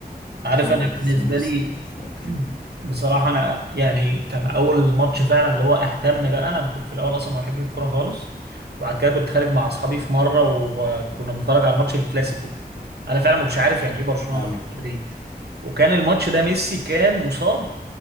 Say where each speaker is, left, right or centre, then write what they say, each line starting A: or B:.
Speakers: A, on the right; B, on the left.
A: عارف
B: هو
A: انا
B: باسم
A: بالنسبة
B: مرسي
A: لي
B: يعني هو كان
A: <clears throat> بصراحة انا يعني كان اول ماتش فعلا اللي هو اهتم بقى انا كنت في الاول اصلا ما بحبش الكرة خالص وبعد كده كنت خارج مع اصحابي في مرة وكنا بنتفرج على ماتش الكلاسيكو انا فعلا ما كنتش عارف يعني ايه برشلونة
B: اه
A: وريال مدريد وكان الماتش ده ميسي كان مصاب